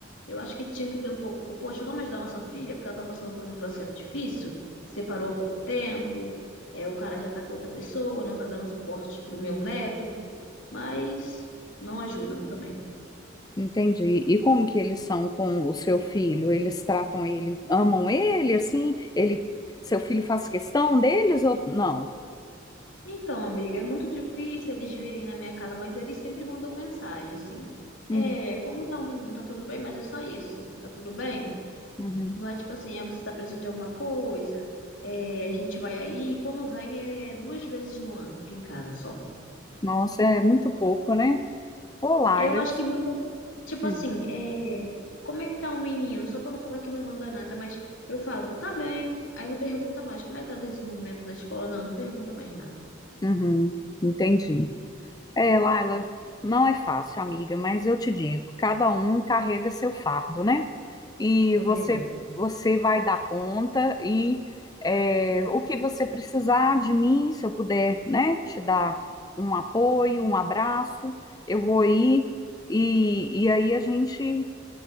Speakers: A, on the left (about 75°); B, on the left (about 20°).
A: eu acho que tinha que ter um pouco. Poxa, vamos ajudar a nossa filha, porque ela tá passando por um processo difícil, separou há pouco tempo, é, o cara já tá com outra pessoa, não tá dando suporte pro meu neto, mas não ajudam também.
B: Entendi. E como que eles são com o seu filho? Eles tratam ele, amam ele, assim? Ele, seu filho faz questão deles ou não?
A: Então, amiga, é muito difícil eles virem na minha casa, mas eles sempre mandam mensagem, assim.
B: Uhum,
A: É, como tá o menino? Tá tudo bem? Mas é só isso. Tá tudo bem?
B: Uhum.
A: Não é tipo assim, é você tá precisando de alguma coisa, é, a gente vai aí. Quando vem é duas vezes no ano aqui em casa só.
B: Nossa, é muito pouco, né? Ô, Laila.
A: Eu acho que manda, tipo
B: uhum.
A: assim, é, como é que tá o menino? Só pra não falar que não manda nada, mas eu falo, tá bem. Aí não pergunta mais, como é que tá o desenvolvimento na escola? Não, não pergunta mais nada.
B: Uhum, entendi. É, Laila, não é fácil, amiga, mas eu te digo, cada um carrega seu fardo, né? e
A: É
B: você
A: verdade.
B: você vai dar conta e é, o que você precisar de mim, se eu puder, né, te dar um apoio, um abraço, eu vou ir e, e aí a gente,